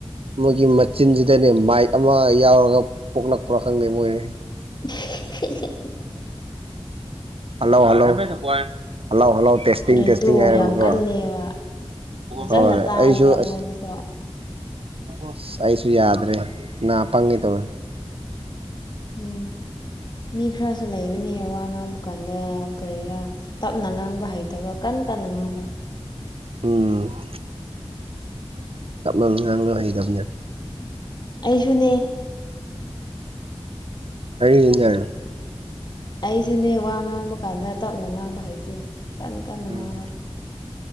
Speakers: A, on the right (about 65°); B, on the left (about 45°).
A: ꯃꯣꯏꯒꯤ ꯃꯆꯤꯟꯁꯤꯗꯅꯦ ꯃꯥꯏꯞ ꯑꯃ ꯌꯥꯎꯔꯒ ꯄꯣꯛꯂꯛꯄ꯭ꯔꯥ ꯈꯪꯗꯦ ꯃꯣꯏꯅ
B: <unintelligible>
A: hello hello hello hello testing
B: ꯑꯗꯩꯗꯣ
A: ꯇꯦꯁꯇꯤꯡ ꯍꯥꯏꯔꯒꯀꯣ
B: ꯌꯥꯝ ꯀꯜꯂꯦꯕ ꯐꯖꯅ
A: ꯍꯣꯏ
B: ꯇꯥꯏꯕ
A: ꯑꯩꯁꯨ
B: ꯑꯩꯉꯣꯟꯗꯁꯨ
A: ꯑꯁ ꯑꯁ ꯑꯩꯁꯨ ꯌꯥꯗ꯭ꯔꯦ ꯄꯪꯉꯦ ꯇꯧꯅꯤ
B: ꯎꯝ ꯃꯤ ꯈꯔꯁꯨ ꯂꯩꯕꯅꯦ ꯋꯥ ꯉꯥꯡꯕ ꯀꯥꯟꯗ ꯀꯔꯤꯔꯥ ꯇꯞꯅ ꯉꯥꯡꯕ ꯍꯩꯇꯕ ꯀꯟꯅ ꯀꯟꯅ ꯉꯥꯡꯕ
A: ꯎꯝ ꯀꯞꯅ ꯉꯥꯡꯂꯣ ꯍꯩꯒꯝꯕꯅꯦ
B: ꯑꯩꯁꯨꯅꯦ
A: ꯑꯩꯅꯦ
B: ꯑꯩꯁꯨꯅꯦ ꯋꯥ ꯉꯥꯡꯕ ꯀꯥꯟꯗ ꯇꯞꯅ ꯉꯥꯡꯕ ꯍꯩꯇꯦ ꯀꯟ ꯀꯟꯅ
A: ꯎꯝ
B: ꯉꯥꯡꯕ